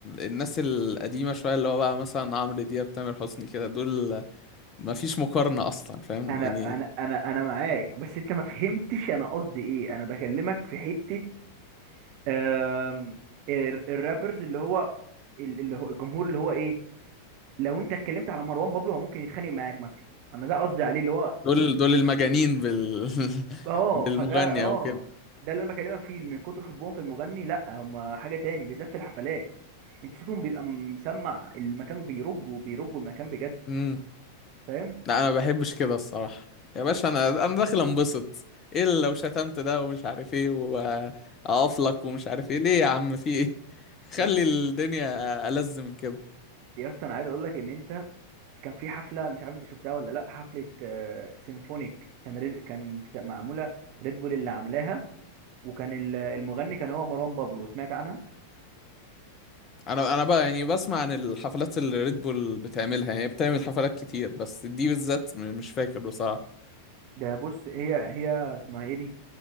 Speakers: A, on the left; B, on the right.
A: الناس القديمه شويه اللي هو بقى مثلا عمرو دياب تامر حسني كده دول ما فيش مقارنه اصلا فاهم
B: انا
A: يعني
B: انا انا انا معاك بس انت ما فهمتش انا قصدي ايه انا بكلمك في حتة آم، ال- الرابرز اللي هو ال- اللي هو الجمهور اللي هو ايه لو انت اتكلمت على مروان بابلو هو ممكن يتخانق معاك مثلا انا ده قصدي عليه اللي هو
A: دول دول المجانين بال <laughs>
B: اه
A: بالمغني
B: فده اه
A: او
B: ده اللي انا بكلمك فيه من كتر حبهم في المغني لا هما حاجة تاني بالذات في الحفلات انت صوتهم بيبقى مسمع المكان بيرجوا بيرجوا المكان بجد
A: كده
B: فاهم
A: لا انا ما بحبش كده الصراحه يا باشا انا انا داخل انبسط ايه اللي لو شتمت ده ومش عارف ايه واقف لك ومش عارف ايه ليه يا عم في ايه <laughs> خلي
B: يا
A: الدنيا ألذ من كده
B: يا اسطى انا عايز اقول لك ان انت كان في حفلة مش عارف انت شفتها ولا لا حفلة آه، سيمفونيك كان ريد- كان بت- معمولة ريد بول اللي عاملاها وكان ال- المغني كان هو مروان بابلو سمعت عنها
A: انا انا بقى يعني بسمع عن الحفلات اللي ريد بول بتعملها يعني بتعمل حفلات كتير بس دي بالذات م- مش فاكر بصراحه
B: ده بص هي هي اسمها ايه دي